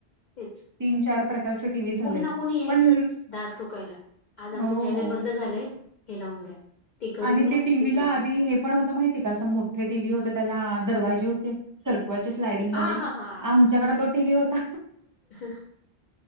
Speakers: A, on the left; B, on the right.
A: तेच,
B: तीन चार प्रकारचे टीव्ही झालेत
A: कोणी ना कोणी यायचंच
B: पण
A: दार ठोकायला. आज आमचं
B: हो
A: चॅनल बंद झालंय हे लावून द्या. करून
B: आणि
A: द्या
B: ते टीव्हीला
A: हे करून
B: आधी हे पण होत माहितीय का असं मोठे टीव्ही होते त्याला दरवाजे होते. सरकवायचे स्लायडिंग
A: हा
B: वाले
A: हा हा
B: आमच्याकडे तो टीव्ही होता.
A: आहा